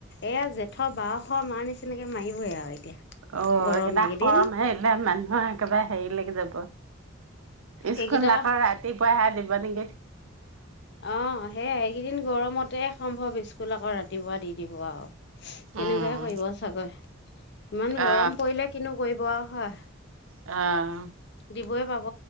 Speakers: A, on the left; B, on the right.
A: এয়া জেঠৰ বসৰ মাৰ নিচিনাকে মাৰিবইে আৰু এতিয়া
B: অ
A: গৰম
B: এইকেইটা
A: এইকেইদিন
B: খৰম আহিলে মানুহৰ একেবাৰে হেৰিলৈকে যাব স্কুল
A: এইকেইটা
B: আকৌ ৰাতি পুৱাই হে দিব বৰদিং
A: অ সেইয়াই এইকেইদিন গৰমতে সম্ভৱ স্কুল আকৌ ৰাতিপুৱা দি দিব আৰু তেনেকুৱাই
B: উম
A: কৰিব চাগৈ, ইমান
B: অ
A: গৰম পৰিলে কিনো কৰিব আৰু। হয়।
B: অহ
A: দিবই পাব